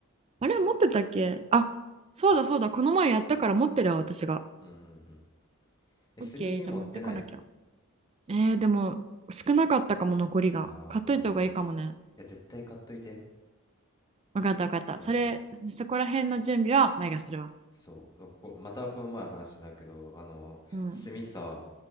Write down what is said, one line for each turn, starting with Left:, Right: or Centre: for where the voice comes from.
Right: あれ持ってたっけあ、そうだそうだ。この前やったから持ってるわ、私が。
Left: うん、うんうん。え、
Right: オッケー、
Left: 炭持ってない
Right: じゃあ持ってこなきゃ。えー、でも、少なかったかも、残りが。
Left: あー、
Right: 買っといた方がいいかもね。
Left: いや、絶対買っといて。
Right: わかったわかった。
Left: うん、
Right: それ、
Left: だ、
Right: そこら辺の準備は前がするわ。
Left: そう、こまたこの前の話だけど、あの、
Right: うん。
Left: 炭さ、